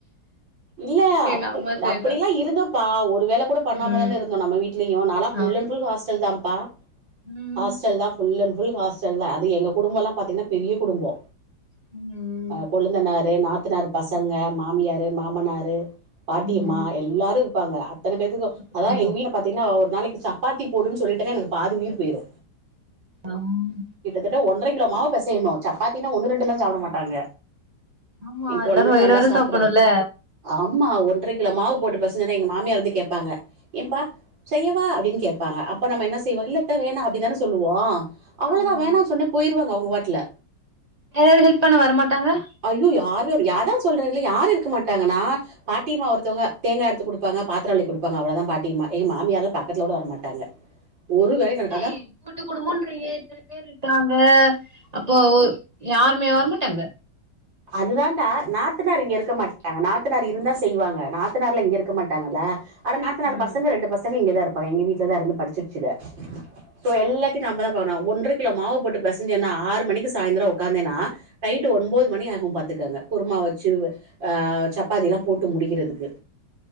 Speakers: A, on the right; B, on the right.
A: இல்ல அப்
B: எங்க அம்மா செய்தா
A: அப்டிலா இருந்தோம்ப்பா ஒரு வேல கூட பண்ணாம
B: ம்
A: தான இருந்தோ நம்ம வீட்லயு நல்லா ஃபுல்
B: ஆமா
A: அண்ட் ஃபுல் ஹாஸ்டல் தாப்பா
B: ம்
A: ஹாஸ்டல் தா ஃபுல் அண்ட் ஃபுல் ஹாஸ்டல் தா அது எங்க குடும்பல்லா பாத்தீங்கன்னா பெரிய குடும்போ
B: ம்.
A: கொழுந்தனாரு நாத்தனாரு பசங்க மாமியாரு மாமனாரு பாட்டியம்மா
B: ம்.
A: எல்லாரு இருப்பாங்க அத்தன பேத்துக்கு
B: கூட்டு
A: அதா
B: குடும்பம்.
A: எங்க வீட பாத்தீங்கன்னா ஒரு நாளைக்கி சப்பாத்தி போடுன்னு சொல்லிட்டன்னா எனக்கு பாதி உயிர் போயிரு
B: அம்
A: கிட்டத்தட்ட ஒன்ற கிலோமாவு பெசயணு சப்பாத்தினா ஒன்னு ரெண்டுல்லா
B: ஆமா.
A: சாப்ட மாட்டாங்க
B: ஆமா.
A: ஏ கொழுந்தேல்லா
B: எல்லாரும் வயிறு
A: நல்லா
B: வயிற
A: சாப்டுவாரு
B: சாப்பிடணும்ல.
A: ஆம்மா ஒன்ரை கிலோ மாவு போட்டு பெச ஜென்ன எங்க மாமியார் வந்து கேட்பாங்க ஏம்பா செய்யவா அப்டின்னு கேப்பாங்க அப்ப நம்ம என்ன செய்வோ இல்லத்த வேணா அப்டித்தான சொல்லுவோ அவ்வளதா
B: ஆமா.
A: வேணான்னு சொன்ன போயிருவாங்க அவங்க வாட்ல
B: யாராது ஹெல்ப் பண்ண வர மாட்டாங்க
A: ஐயோ யாரு வர அதா சொல்றே இல்ல யாரு இருக்க மாட்டாங்கன்னா நா பாட்டியம்மா ஒருத்தவங்க தேங்கா எடுத்து குடுப்பாங்க பாத்தரோ வெளக்கி குடுப்பாங்க அவ்ளதா பாட்டியம்மா ஏ மாமியாரல்ல பக்கத்துலக் கூட வர மாட்டாங்க ஒரு வேலயு நடக்
B: ஏய் கூட்டு குடுபன்றீங்க இத்தன பேரு இருக்காங்க அப்போ ஒ யாருமேவ வர மாட்டாங்க
A: அது தாண்டா நாத்தனார் இங்க இருக்க மாட்டாங்க நாத்தனாரு இருந்தா செய்வாங்க நா த்தனார்லா இங்க இருக்க மாட்டாங்கல்ல அதா நாத்தநாரு
B: ம்.
A: பசங்க ரெண்டு ப சங்க இங்கதா இருப்பாங்க எங்க வீட்ல தா இருந்து படிச்சிட்சுக சோ எல்லாத்யு நம்பதா பாக்ணு ஒன்றக் கிலோ மாவு போட்டு பெசஞ்சன ஆறு மணிக்கு சாய்ந்திரோ உக்காந்தேனா நைட்டு ஒன்போது மணி ஆ வு பாத்துக்கங்க குருமா வச்சு அ சப்பாத்தில்லா போட்டு முடிக்கிறதுக்கு